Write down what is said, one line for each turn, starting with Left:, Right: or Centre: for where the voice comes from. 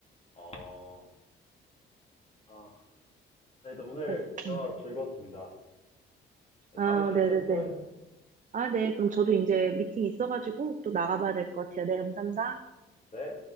Left: 어, 아, 네, 또 오늘
Right: 그래서,
Left: 대화
Right: 음.
Left: 즐거웠습니다.
Right: 아,
Left: 다음에 시간
Right: 네네네.
Left: 되면 또 해요.
Right: 아, 네. 그럼 저도 이제 미팅 있어가지고 또 나가봐야 될 것 같아요. 네, 감사합니다.
Left: 네.